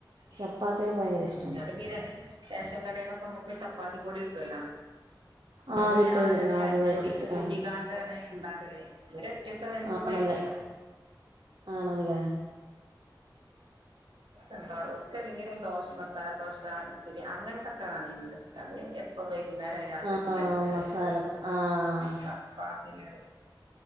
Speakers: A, on the right; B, on the right.
A: ചപ്പാത്തിയൊക്കെ ഭയങ്കര ഇഷ്ടമാണ്
B: എന്നിട്ട്പ്പീരെ റേഷൻ കടേന്നൊക്കെ നമുക്ക് ചപ്പാത്തി പൊടി കിട്ടൊല്ലോ ന്ന്ട്ട്
A: ആഹ് കിട്ടും
B: ഞാനത്
A: കിട്ടും അത്
B: അരിപ്പൊടി
A: വെച്ചിട്ട്
B: കൂട്ടിങ്ങാണ്ടാണ്
A: ആഹ്
B: ഇണ്ടാക്കല് ഇവരറ്റക്കത് എന്നും
A: ആണല്ലേ
B: കഴിക്കൂല
A: ആണല്ലേ
B: എന്താടൊ വർക്കല്ലെങ്കിലും ദോശ മസാല ദോശ ഇട്ട്ലി അങ്ങൻത്തൊക്ക നല്ല ഇഷ്ട അത് എ ഇപ്പൊ വൈകുന്നേരം രാത്രി
A: ആഹ്
B: ഒക്കെ ഇണ്ടാക്കി കൊടുത്താ
A: മസാല
B: ഓൽ കത് ഇഷ്ട
A: ആഹ്
B: ചപ്പാത്തി നോട്